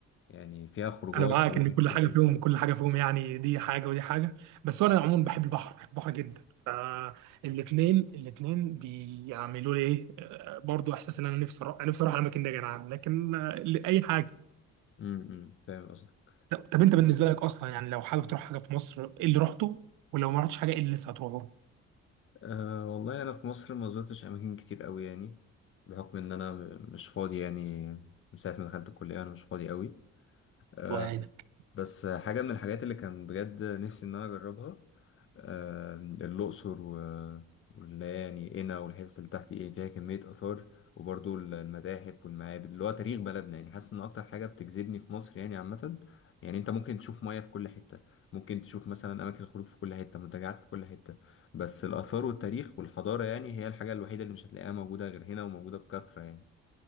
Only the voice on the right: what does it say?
انا معاك
ان كل
حاجه
فيهم كل حاجه فيهم يعني دي حاجه ودي حاجه بس انا عموما بحب البحر بحب البحر جدا فالاثنين الاثنين بيعملوا لي ايه آه، برضو احساس ان انا نفسي اروح نفسي اروح الاماكن دي يا جدعان لكن آه، اي حاجه
طب طب انت بالنسبه لك اصلا يعني لو حابب تروح حاجه في مصر ايه اللي رحته ولو ما رحتش حاجه ايه اللي لسه هتروحه؟
الله يعينك